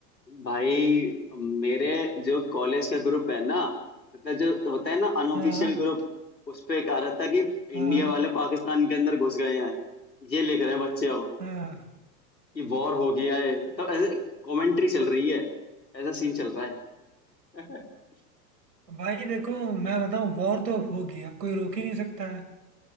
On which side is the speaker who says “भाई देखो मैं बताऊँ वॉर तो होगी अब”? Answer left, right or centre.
Right